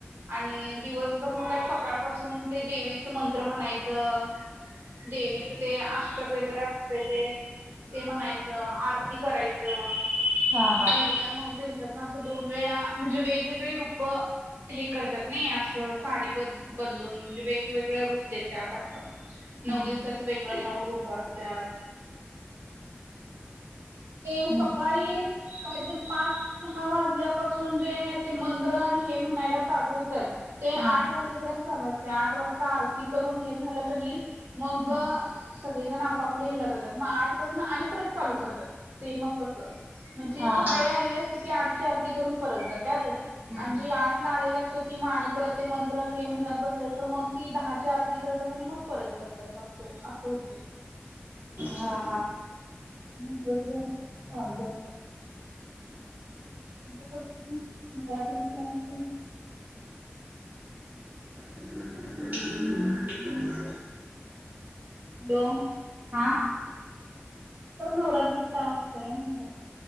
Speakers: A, on the right; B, on the right.
A: आणि दिवसभर मग काय सकाळपासून ते देवीच मंत्र म्हणायचं, देवीच ते आश्रक वगैरे असते ते, ते म्हणायचं आरती करायचं.
B: हा हा
A: देवीला मग दिवसात न असं दोन वेळा म्हणजे वेगवेगळी रूप हे करतात नाही असं साडी ब बदलून म्हणजे वेगवेगळं रूप देतात असं अ
B: हम्म
A: नऊ दिवसाच
B: हम्म
A: वेगळं नऊ रूप असत्यात ते
B: हम्म
A: सकाळी काहीतरी पाच सहा वाजल्यापासून जे ते मंत्र आणि हे म्हणायला चालू होतात ते
B: हा
A: आठ वाजे पर्यंत चालू असतं आठ वाजता आरती करून हे झालं कनी मग
B: हा
A: सगळेजण आपापले हेला जातात मग आठपासन आणि परत चालू करतात सेमच तसं म्हणजे
B: हा
A: सकाळी
B: हा
A: आलेल्या सु ते आठची आरती करून परत जातात
B: हम्म
A: आणि
B: हम्म
A: जी आठला आलेली असतात आणि म आणि परत हे म्हणत बसायचं मग ती दहाची आरती करतात आणि मग परत जातात अस असं होते
B: हा हा
A: म दिवसभर चालूच असतं <inaudible>
B: हम्
A: हॅलो
B: हम्म
A: हॅलो
B: हा
A: नवरात्रीत काय असतंय म्हटलं